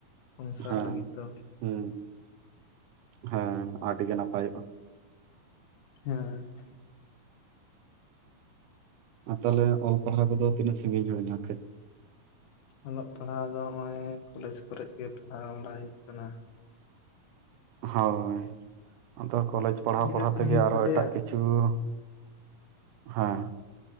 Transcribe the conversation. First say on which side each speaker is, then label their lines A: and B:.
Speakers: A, on the left (about 70°); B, on the right (about 75°).
A: ᱥᱚᱝᱥᱟᱨ
B: ᱦᱮᱸ
A: ᱞᱟᱹᱜᱤᱫ ᱫᱚ
B: ᱦᱮᱸ ᱦᱮᱸ ᱟᱹᱰᱤ ᱜᱮ ᱱᱟᱯᱟᱭᱚᱜᱼᱟ᱾
A: ᱦᱮᱸ
B: ᱟᱨ ᱛᱟᱦᱞᱮ ᱚᱞ ᱯᱟᱲᱦᱟᱣ ᱠᱚᱫᱚ ᱛᱤᱱᱟᱹᱜ ᱥᱟᱺᱜᱤᱧ ᱦᱩᱭᱱᱟ ᱦᱟᱜ ᱠᱷᱟᱹᱡ
A: ᱚᱞᱚᱜ ᱯᱟᱲᱦᱟᱣ ᱫᱚ ᱦᱚᱸᱜᱼᱚᱭ ᱠᱚᱞᱮᱡᱽ ᱠᱚᱨᱮ ᱜᱮ ᱯᱟᱲᱦᱟᱣ ᱵᱟᱲᱟᱭ ᱦᱩᱭᱩᱜ ᱠᱟᱱᱟ
B: ᱦᱳᱭ ᱟᱫᱚ ᱠᱚᱞᱮᱡᱽ ᱯᱟᱲᱦᱟᱣ
A: ᱛᱤᱱᱟᱹᱜ
B: ᱯᱟᱲᱦᱟᱣ
A: ᱜᱟᱱ
B: ᱛᱮᱜᱮ
A: ᱦᱩᱭᱩᱜ
B: ᱟᱨᱚ
A: ᱛᱟᱞᱮᱭᱟ
B: ᱮᱴᱟᱜ ᱠᱤᱪᱷᱩ ᱛᱚ ᱦᱮᱸ